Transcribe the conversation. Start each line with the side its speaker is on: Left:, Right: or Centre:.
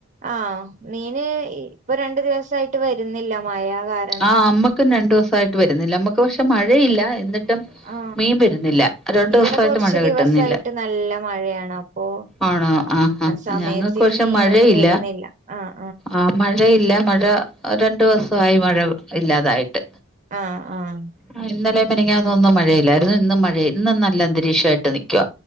Right: ആഹ് മീന് ഇപ്പൊ രണ്ട് ദിവസായിട്ട് വരുന്നില്ല മഴ കാരണം
Centre: ആഹ് അമ്മക്കും രണ്ടോസായിട്ട് വരുന്നില്ല അമ്മക്ക് പക്ഷെ മഴയില്ല എന്നി
Right: ആ
Centre: മീൻ വരുന്നില്ല രണ്ടോസായിട്ട്
Right: ഇവിടെ കുറച്ച്
Centre: മഴ കിട്ടുന്നില്ല.
Right: ദിവസായിട്ട് നല്ല മഴയാണ് അപ്പൊ
Centre: ആണോ ആഹ് ആഹ്
Right: സമയത്തിന്
Centre: ഞങ്ങക്ക് പക്ഷെ
Right: മീനൊന്നും
Centre: മഴേയില്ല
Right: വരുന്നില്ല ആഹ്
Centre: ആഹ് മഴയില്ല മഴ രണ്ടോസവായി മഴ ഇല്ലാതായിട്ട്.
Right: ആഹ് ആഹ്.
Centre: ആഹ് ഇന്നലേം മെനങ്ങന്നു ഒന്നും മഴയില്ലായിര്ന്നു ഇന്ന് മഴ ഇന്ന് നല്ല അന്തരീക്ഷവായിട്ട് നിക്കുവാ.